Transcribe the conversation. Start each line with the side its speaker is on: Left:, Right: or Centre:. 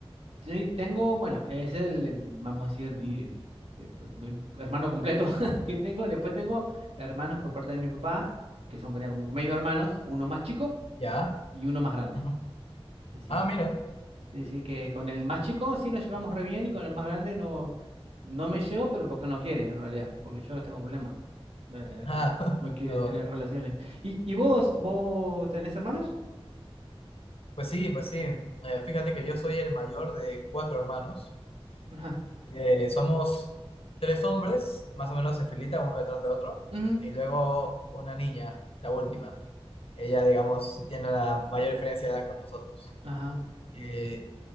Right: Sí, tengo, bueno, es el, vamos a decir, di- eh, co- de- hermano completo <laughs> que tengo. Después tengo hermanos por parte de mi papá, que son creo, como medio hermanos, uno más chico
Left: Ya.
Right: y uno más grande.
Left: Ujú.
Right: Sí, sí.
Left: Ah, mira.
Right: Sí, sí, que con el más chico sí nos llevamos re bien y con el más grande no, no me llevo, pero porque no quiere en realidad, porque yo no tengo problema. Eh, Él
Left: Ah,
Right: no,
Left: <laughs>
Right: no quiere tener relaciones. ¿Y, y vos, vos tenés hermanos?
Left: Pues sí, pues sí. Eh, fíjate que yo soy el mayor de cuatro hermanos.
Right: Ajá.
Left: Eh, somos tres hombres, más o menos en filita, uno detrás de otro,
Right: Ujú.
Left: y luego una niña, la última.
Right: Ujú.
Left: Ella, digamos, sí tiene la mayor diferencia de edad con nosotros.
Right: Ajá.
Left: Eh,